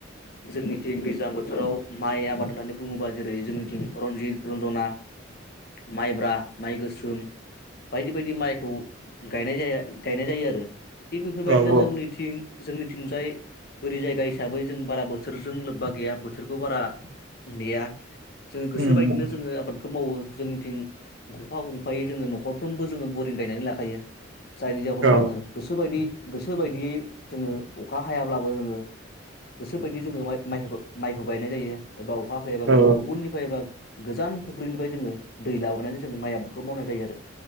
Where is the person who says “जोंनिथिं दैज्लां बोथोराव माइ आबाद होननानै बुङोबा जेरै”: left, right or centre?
Left